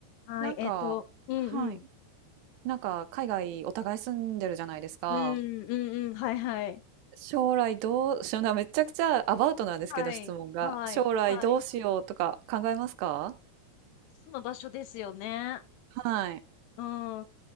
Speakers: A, on the left; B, on the right.
A: はい、
B: なんか、
A: えっと、うんうん。
B: はい。なんか海外お互い住んでるじゃないですか。
A: うんうんうん。はいはい。
B: 将来どうしような、めちゃくちゃアバウトなんですけど、
A: はい。
B: 質問が。
A: はい。
B: 将来どうしようとか考えますか
A: はい。その場所ですよね。
B: はい。
A: うん。